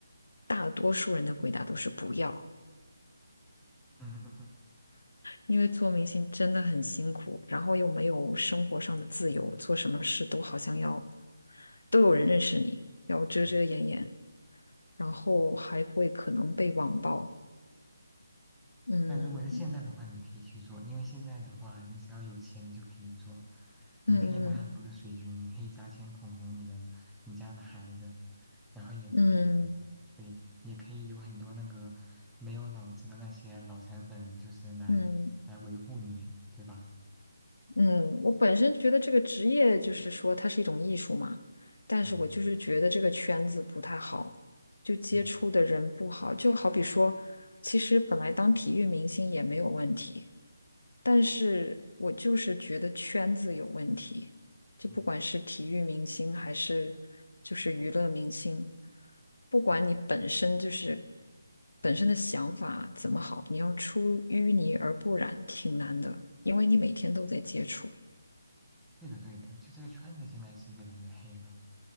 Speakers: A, on the left; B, in the centre.
A: 大多数人的回答都是不要，
B: <laughs> 嗯嗯
A: 因为做明星真的很辛苦，然后又没有生活上的自由，做什么事都好像要都有人认识你，要遮遮掩掩，
B: 嗯
A: 然后还会可能被网暴。
B: <laughs>
A: 嗯
B: 但如果是现在的话，你可以去做，因为现在的话，你只要有钱，你就可以做。你可以买很多的水军，
A: 嗯
B: 你可以砸钱捧红你的你家的孩子，然后也可以，
A: 嗯嗯
B: 对，也可以有很多那个没有脑子的那些脑残粉，就是来来维护你，
A: 嗯，
B: 对吧？
A: 嗯，我本身觉得这个职业就是说它是一种艺术嘛，但是我就是觉得这个圈子不太好，
B: 嗯，
A: 就接触的人不好，
B: 对，
A: 就好比说，其实本来当体育明星也没有问题。但是我就是觉得圈子有问题，就不管是体育明星还是就是娱乐明星，
B: 嗯，
A: 不管你本身就是本身的想法怎么好，你要出淤泥而不染挺难的，因为你每天都在接触。
B: 对的，对的，就这个圈子现在是越来越黑了，